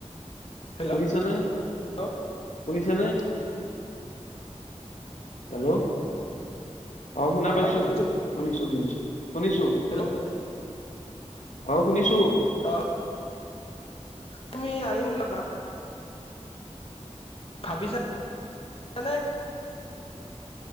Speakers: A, on the left; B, on the left.
A: হেল্ল'
B: শুনিছা নে
A: অ
B: শুনিছা নে? হেল্ল', অ শুনা পাইছো,
A: শুনিছো তো।
B: শুনিছো শুনিছো। শুনিছো।
A: হেল্ল'
B: অহ শুনিছো।
A: অ তুমি আহিম বুলি ভাব ভাবিছানে